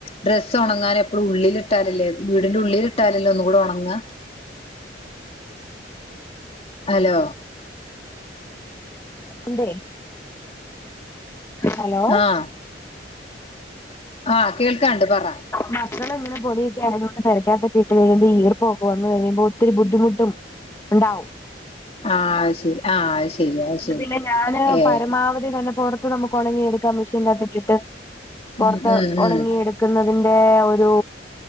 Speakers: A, on the left; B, on the left.
A: ഡ്രസ്സ് ഉണങ്ങാൻ എപ്പഴും ഉള്ളിലിട്ടാലല്ലേ വീടിന്റെ ഉള്ളിലിട്ടാലല്ലെ ഒന്നുകൂടി ഉണങ്ങാ ഹലോ
B: കേക്ക്ണ്ടേ ഹലോ
A: ആഹ് ആഹ് കേൾക്കാണ്ട് പറ
B: മസള ഇങ്ങനെ പൊടിയൊക്ക ആയതുകൊണ്ട് പരക്കാത്തൊക്കെട്ട് കഴിയുമ്പോ ഈർപ്പൊ ഒആക്ക വന്ന് കഴിയുമ്പോ ഒത്തിരി ബുദ്ധിമുട്ടും. ണ്ടാവും
A: ആഹ് ശരി ആഹ് ശരി അത്
B: ന്നിട്ട്
A: ശരി
B: പിന്നെ ഞാന്
A: ഏഹ്
B: പരമാവധി തന്നെ പൊറത്ത് നമുക്ക് ഉണങ്ങിയ എടുക്കാം മെഷീൻ അകത്തിട്ടിട്ട് പുറത്ത്
A: ഉം ഉം ഉം
B: ഉണങ്ങിയെടുത്ത് ക്കുന്നതിന്റെ ഒരു